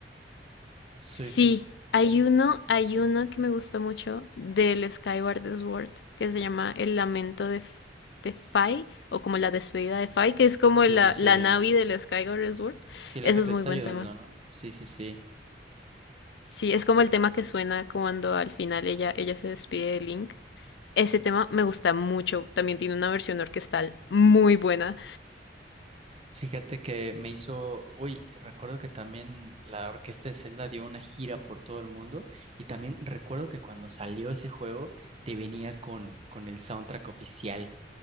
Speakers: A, on the right (about 35°); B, on the left (about 70°).
A: Sí,
B: Sí, hay uno, hay uno que me gusta mucho del Skyward Sword que se llama El Lamento de, F- de Fai, o como la despedida de Fai, que es como
A: sí,
B: la,
A: sí, sí.
B: la
A: el-
B: Navi del Skyward Sword.
A: Sí, la
B: Eso
A: que
B: es
A: te
B: muy
A: está
B: buen
A: ayudando,
B: tema.
A: ¿no? Sí, sí, sí.
B: Sí, es como el tema que suena cuando al final ella, ella se despide de Link. Ese tema me gusta mucho. También tiene una versión orquestal muy buena.
A: Fíjate que me hizo, uy, recuerdo que también la Orquesta de Celda dio una gira por todo el mundo y también recuerdo que cuando salió ese juego te venía con, con el soundtrack oficial.